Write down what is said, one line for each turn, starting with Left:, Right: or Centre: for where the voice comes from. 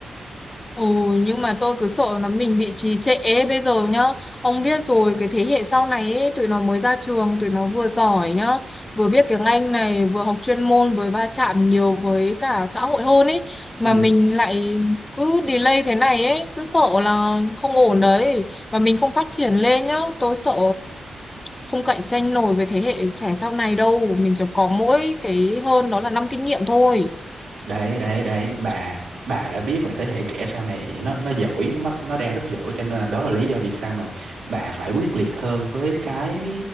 Left: Ồ, nhưng mà tôi cứ sợ là mình bị trì trệ ấy. Bây giờ nhá, ông biết rồi cái thế hệ sau này ấy, tụi nó mới ra trường, tụi nó vừa giỏi nhá, vừa biết tiếng Anh này, vừa học chuyên môn, vừa va chạm nhiều với cả xã hội hơn ấy. Mà
Right: Ừ.
Left: mình lại cứ delay thế này ấy, cứ sợ là không ổn đấy. Và mình không phát triển lên nhá, tôi sợ không cạnh tranh nổi với thế hệ trẻ sau này đâu. Mình chỉ có mỗi cái hơn đó là năm kinh nghiệm thôi.
Right: đấy đấy đấy bà bà đã biết là thế hệ trẻ sau này nó nó giỏi nó bắt- nó đang rất giỏi cho nên là đó là lý do vì sao mà bà phải quyết liệt hơn với cái